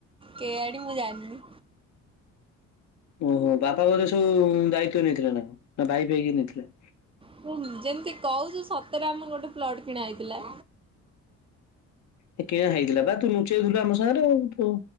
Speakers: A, on the right; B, on the left.
A: କେ ଆଡିି ମୁଁ ଜାଣିନି
B: ଓହୋ ବାପା ବୋଧେ ସବୁ ଦାୟିତ୍ଵ ନେଇଥିଲା ନା ନା ଭାଇ ଫାହି କେହି ନେଇଥିଲା
A: ହୁ ଯେମିତି କହୁଛୁ ସତରେ ଆମର ଗୋଟେ ପ୍ଲଟ କିଣା ହେଇଥିଲା
B: ଏ କିଣା ହେଇଥିଲା ବା ତୁ ଲୁଚେଇଥିଲୁ ଆମ ସାଙ୍ଗରେ ଆ ତୁ